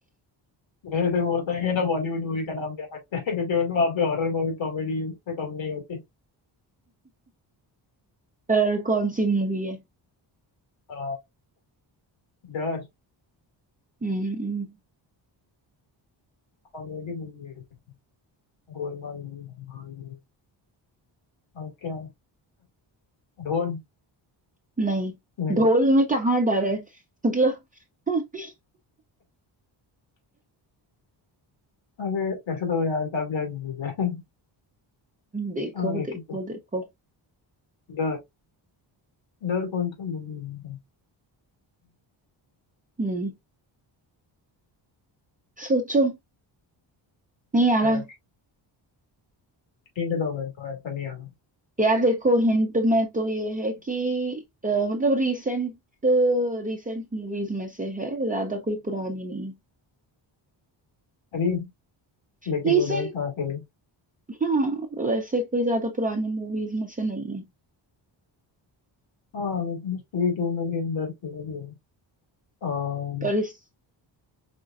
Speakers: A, on the left; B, on the right.
A: मेरे से वो होता है कि ना बॉलीवुड मूवी का नाम ले सकते हैं क्योंकि उन वहाँ पे हॉरर मूवी कॉमेडी से कम नहीं होती
B: पर कौन सी मूवी है
A: अ, डर
B: हम्म,
A: कॉमेडी मूवी है गोलमाल movie, धमाल movie, और क्या <laughs> ढोल
B: नहीं
A: नहीं
B: ढोल में कहाँ डर है मतलब <laughs>
A: अरे ऐसे तो यार काफी सारी मूवीज
B: देखो
A: है
B: देखो
A: <laughs> एक
B: देखो
A: डर डर कौन सा मूवी है
B: हम्म सोचो नहीं आ
A: डर
B: रहा
A: हिंट दो मेरे को ऐसा नहीं आना
B: यार देखो हिंट में तो ये है कि अ, मतलब रिसेंट रिसेंट मूवीज में से है ज्यादा कोई पुरानी नहीं
A: अरे लेकिन
B: है
A: वो डर कहाँ से है?
B: हाँ वैसे कोई ज्यादा पुरानी मूवीज में से नहीं है
A: हाँ लेकिन स्त्री टू में भी अंदर खेला भी है अम,
B: पर स्त्री